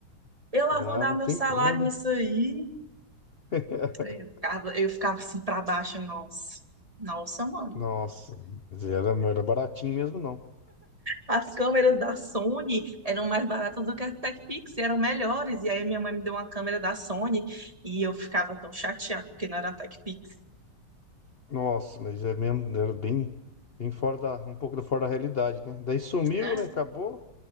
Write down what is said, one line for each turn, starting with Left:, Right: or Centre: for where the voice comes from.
Right: Eu lá
Left: Não,
Right: vou dar
Left: não
Right: meu
Left: tem
Right: salário
Left: como, né?
Right: nisso aí.
Left: <laughs>
Right: Aí Eu ficava, eu ficava assim pra baixo, nossa. Nossa, mãe.
Left: Nossa, mas era, não era baratinho mesmo, não.
Right: As câmeras da Sony eram mais baratas do que a TechPix, e eram melhores. E aí minha mãe me deu uma câmera da Sony e eu ficava tão chateada porque não era a TechPix.
Left: Nossa, mas é mesmo, era bem, bem fora da, um pouco da- fora da realidade, né? Daí sumiu,
Right: Ah,
Left: né? Acabou,